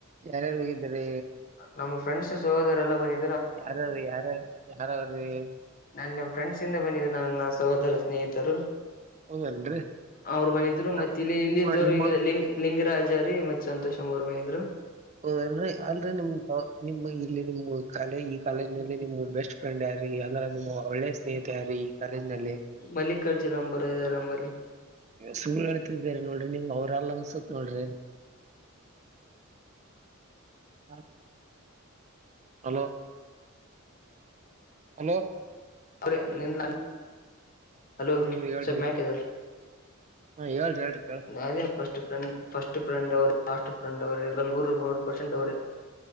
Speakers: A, on the right; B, on the left.
A: ಯಾರ್ಯಾರು ಹೋಗಿದ್ದ್ರಿ?
B: ನಮ್ಮ್ ಫ್ರೆಂಡ್ಸ್ ಸೋದರರೆಲ್ಲ ಬಂದಿ
A: ಯಾರ ಯಾರಾರ ಯಾರಾವ್ರ <unintelligible>
B: ನಾನ್ ನಮ್ಮ್ ಫ್ರೆಂಡ್ಸ್ ಇಂದ ಬಂದಿದ ನನ್ನ ಸೋದರ ಸ್ನೇಹಿತರು.
A: ಹೌದೇನ್ರಿ
B: ಅವ್ರು ಬಂದಿದ್ರು
A: ನಮ್
B: ಮತ್ತೆ ಇಲ್ಲಿ ಇಲ್ಲಿದ್ದವರು
A: ನಿಮ್ಮ ನಿಮ್ಮ
B: ಈ ಲಿಂಗರಾಜಾರಿ ಮತ್ ಸಂತೋಷ್ ಅಂಬೊರ್ ಬಂದ್ದಿದ್ರು.
A: ಹೌದಲ್ರಿ ಅಲ್ರಿ ನಿಮ್ ನಿಮ್ಮ ಇಲ್ಲಿ ನಿಮ ಕಾಲ ಈ ಕಾಲೇಜ್ ನಲ್ಲಿ ನಿಮ ಬೆಸ್ಟ್ ಫ್ರೆಂಡ್ ಯಾರೀ? ಅಂದ್ರ ನಿಮ್ಮ ಒಳ್ಳೆ ಸ್ನೇಹಿತ ಯಾರೀ? ಕಾಲೇಜನಲ್ಲಿ.
B: ಮಲ್ಲಿಕಾರ್ಜುನ್ ನಂಬರ ಇದೆರಿನಂಬಲ್ಲಿ.
A: ಸುಳ್ಳು ಹಳ್ತಿದೀರಿ ನೋಡ್ರಿ ನಿಮ್ ಅವ್ರ ಅಲ್ ಅನ್ಸತ್ ನೋಡ್ರಿ. <inaudible> ಹಲೋ, ಹಲೋ
B: ಅವ್ರೆ ನಿನ್ <unintelligible> ಹಲೋ
A: ಹ್ಮ ಹೇಳ್ರಿ
B: ಸ್ವ ಮ್ಯಾಕ್ ಎದ್ದೇಳ್ರಿ
A: ಹ ಹೇಳ್ರಿ ಹೇಳ್ರಿ ಕೇಳ
B: ಅದೇ ಫಸ್ಟ್ ಫ್ರೆಂಡ್. ಫಸ್ಟ್ ಫ್ರೆಂಡ್ರು ಲಾಸ್ಟ್ ಫ್ರೆಂಡ್ ಅವ್ರೆ ಎಲ್ಲ ನೂ ನ ಮೂರು ಪರ್ಸೆಂಟ್ ಅವ್ರೆ.